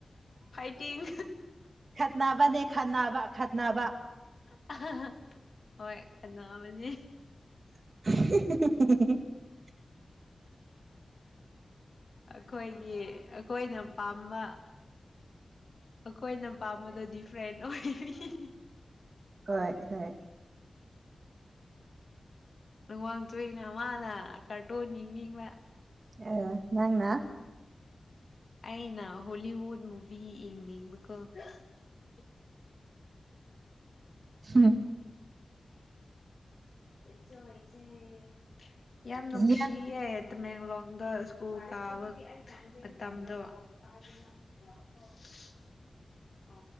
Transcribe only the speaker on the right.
ꯈꯠꯅꯕꯅꯦ ꯈꯠꯅꯕ ꯈꯠꯅꯕ
<unintelligible>
ꯍꯣꯏ ꯍꯣꯏ
ꯑ ꯅꯪꯅ
ꯍ
ꯌꯥ